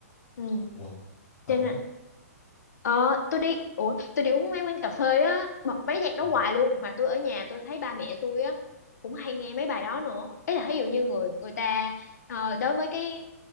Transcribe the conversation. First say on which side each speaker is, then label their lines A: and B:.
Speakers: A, on the left; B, on the left.
A: Ừ
B: Ủa, thật
A: cho
B: luôn
A: nên
B: đấy.
A: ờ tôi đi ủa tôi đi uống mấy quán cà phê á bật mấy nhạc
B: Ờ.
A: đó hoài luôn mà tôi ở nhà tôi thấy ba mẹ tôi á cũng hay nghe mấy bài đó nữa Ý là ví dụ như người người ta ờ, đối với cái